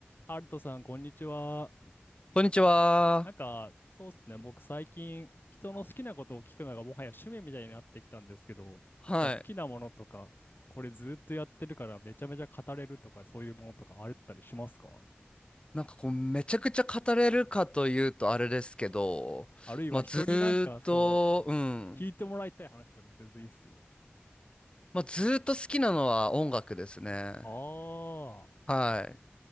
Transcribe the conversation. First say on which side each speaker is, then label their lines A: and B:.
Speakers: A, on the left; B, on the left.
A: ハルトさん、こんにちは。
B: こんにちは。
A: なんか、そうっすね。僕、最近、人の好きなことを聞くのがもはや趣味みたいになってきたんですけど、
B: はい。
A: なんか好きなものとか、これずっとやってるからめちゃめちゃ語れるとか、そういうものとかあったりしますか
B: なんかこう、めちゃくちゃ語れるかというとあれですけど、
A: あるいは人になんかそう、
B: まあずーっと、うん。
A: 聞いてもらいたい話とかでも全然いいっすよ。
B: まあずーっと好きなのは音楽ですね。
A: あ
B: はい。